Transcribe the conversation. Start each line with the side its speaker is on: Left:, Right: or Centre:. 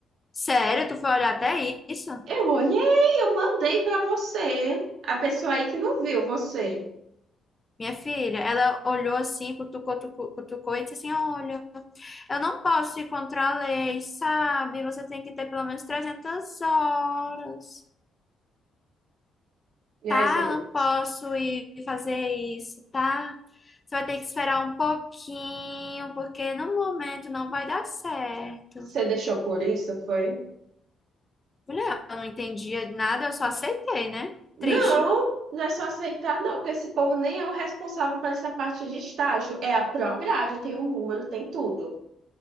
Left: Sério, tu foi olhar até isso?
Right: Eu olhei, eu mandei para você. A pessoa aí que não viu você.
Left: Minha filha, ela olhou assim, cutucou, tucu- cutucou, e disse assim: Olha, eu não posso ir contra a lei, sabe? Você tem que ter pelo menos 300 horas,
Right: E
Left: tá?
Right: aí, você, de-
Left: Eu não posso ir fazer isso, tá? Você vai ter que esperar um pouquinho, porque no momento não vai dar certo.
Right: você deixou por isso, foi?
Left: Mulher, eu não entendia nada, eu só aceitei, né?
Right: Não,
Left: Triste.
Right: não é só aceitar, não, porque esse povo nem é o responsável por essa parte de estágio. É a Prograde, tem um número, tem tudo.